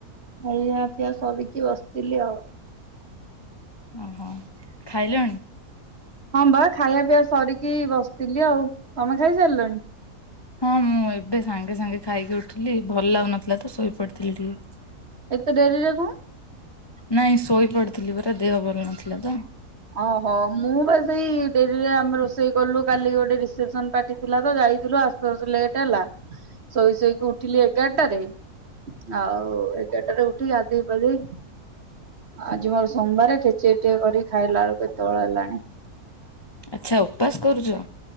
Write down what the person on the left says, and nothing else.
ଅହ ଖାଇଲଣି?
ହଁ ମୁଁ ଏବେ ସାଙ୍ଗେ ସାଙ୍ଗେ ଖାଇକି ଉଠଲି ଭଲ ଲାଗୁନଥିଲା ତ ଶୋଇପଡି଼ଥିଲି ଟିକେ।
ନାଇଁ ଶୋଇ ପଡ଼ିଥିଲି ପରା ଦେହ ଭଲ ନଥିଲା ତ।
ଆଚ୍ଛା ଉପାସ କରୁଚ।